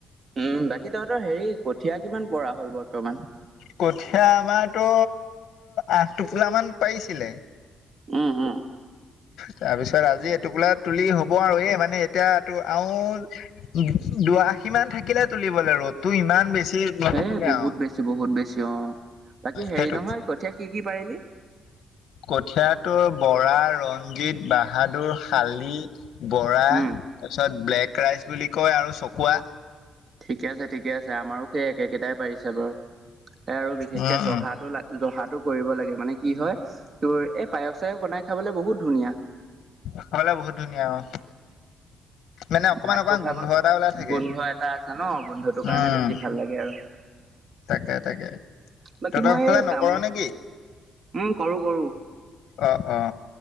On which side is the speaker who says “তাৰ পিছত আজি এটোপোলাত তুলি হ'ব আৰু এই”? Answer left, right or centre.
Left